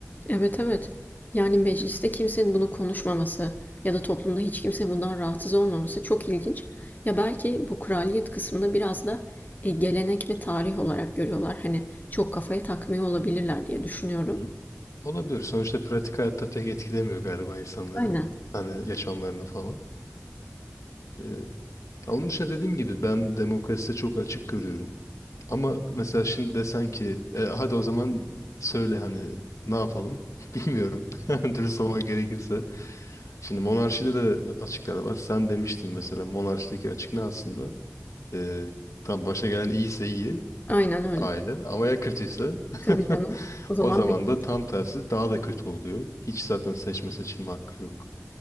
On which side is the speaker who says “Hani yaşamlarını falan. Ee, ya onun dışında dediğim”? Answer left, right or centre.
Left